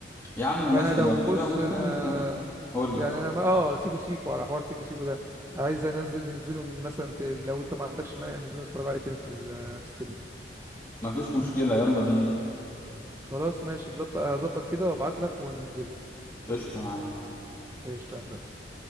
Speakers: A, on the left; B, on the right.
A: يا عم ماشي
B: فأنا لو
A: لو كده
B: بص
A: ممكن
B: أنا
A: قول
B: يعني
A: لي
B: أنا آه سيكو سيكو على حوار سيكو سيكو ده عايز ننزل ننزله مثلا ت- لو أنت ما عندكش مانع ننزله نتفرج عليه تاني في ال- في السينما
A: مفيش مشكله يلا بينا
B: خلاص ماشي ظبط هظبط كده وأبعت لك وننزله
A: قشطه معاك
B: قشطة يا هندسة